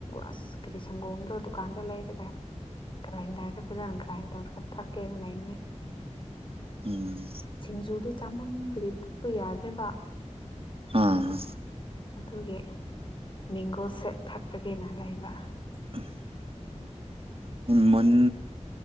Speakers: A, on the left; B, on the right.
A: ꯑꯁ ꯀꯔꯤ ꯁꯪꯒꯣꯝꯗꯣ ꯗꯨꯀꯥꯟꯗꯒꯤ ꯂꯩꯔꯦꯒ ꯉꯔꯥꯟꯗ꯭ꯔꯗ ꯐꯖꯅ ꯉꯔꯥꯟ ꯇꯧꯔꯒ ꯊꯥꯛ ꯀꯦꯅ ꯂꯩꯕꯅꯦ
B: ꯎꯝ
A: ꯁꯤꯡꯖꯨꯗꯨ ꯆꯥꯃꯟꯕꯒꯤ ꯄꯨꯛꯇꯨ ꯌꯥꯗ꯭ꯔꯦꯕ
B: ꯑꯥ
A: ꯑꯗꯨꯒꯤ ꯃꯦꯡꯒꯣ ꯁꯦꯛ ꯊꯛꯄꯒꯤꯅ ꯂꯩꯕ
B: ꯎꯝ ꯃꯨꯟ